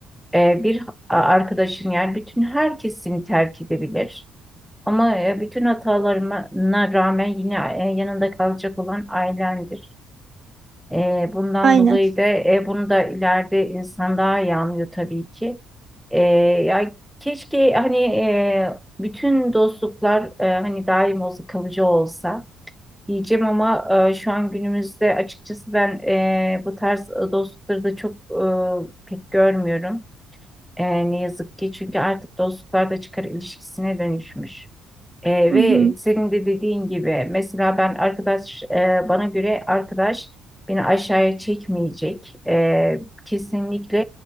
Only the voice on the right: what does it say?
Aynen.
Hı
hı.